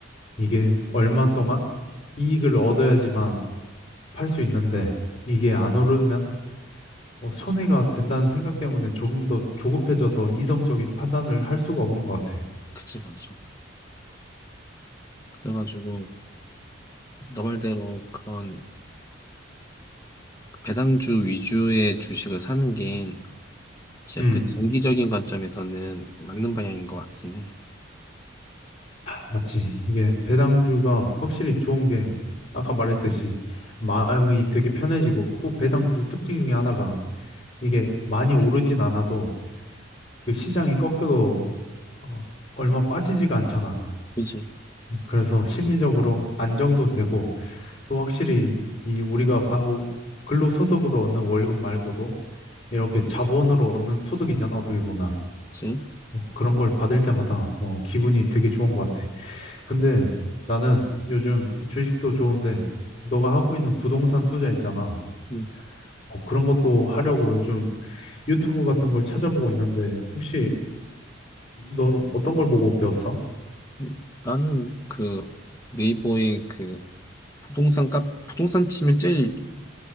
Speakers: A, on the left; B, on the left.
A: 이게 얼마 동안 이익을 얻어야지만 팔 수 있는데 이게 안 오르면 뭐 손해가 된다는 생각 때문에 조금 더 조급해져서 이성적인 판단을 할 수가 없는 것 같아.
B: 그지, 맞아. 그래가지고, 너 말대로 그런 배당주 위주의 주식을 사는 게 진짜
A: 음,
B: 그 장기적인 관점에서는 맞는 방향인 것 같긴 해.
A: 맞지. 이게 배당주가 확실히 좋은 게 아까 말했듯이 마음이 되게 편해지고 또 배당주 특징 중에 하나가 이게 많이 오르진 않아도 그 시장이 꺾여도 어, 얼마 빠지지가 않잖아.
B: 그치?
A: 그래서 심리적으로 안정도 되고 또 확실히 이 우리가 바- 우- 근로소득으로 얻는 월급 말고도 이렇게 자본으로 얻는 소득이잖아 어떻게 보면
B: 그치?
A: 뭐 그런 걸 받을 때마다 어, 기분이 되게 좋은 것 같아. 근데 나는 요즘 이 주식도 좋은데 너가 하고 있는 부동산 투자 있잖아.
B: 음,
A: 어, 그런 것도 하려고 요즘 유튜브 같은 걸 찾아보고 있는데 혹시 넌 어떤 걸 보고 배웠어?
B: 음. 나는 그 네이버에 그 부동산 카 부동산 치면 제일